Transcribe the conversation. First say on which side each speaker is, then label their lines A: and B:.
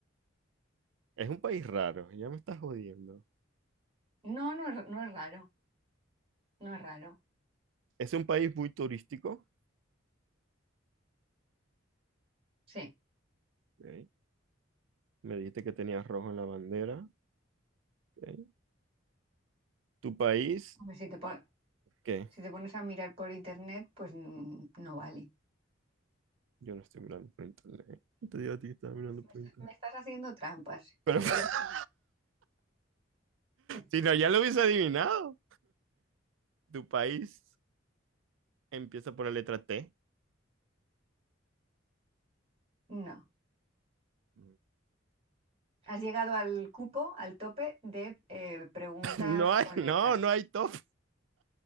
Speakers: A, on the right (about 70°); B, on the right (about 30°).
A: Es un país raro, ya me estás jodiendo.
B: No, no es, no es raro, no es raro.
A: Es un país muy turístico.
B: Sí.
A: Ok. Me dijiste que tenías rojo en la bandera. Ok. ¿Tu país?
B: Hombre, si te, pon-
A: ¿Qué?
B: si te pones a mirar por internet, pues mm, no vale.
A: Yo no estoy mirando por internet. Te digo a ti que estaba mirando
B: Me,
A: por
B: est-
A: internet.
B: me estás haciendo trampas,
A: Pero
B: sí, yo
A: <laughs>
B: lo sé. <laughs>
A: si no, ya lo hubiese adivinado. Tu país empieza por la letra T.
B: No.
A: <laughs>
B: Has llegado al cupo, al tope de eh, preguntas
A: No hay,
B: con
A: no,
B: letra.
A: no hay top.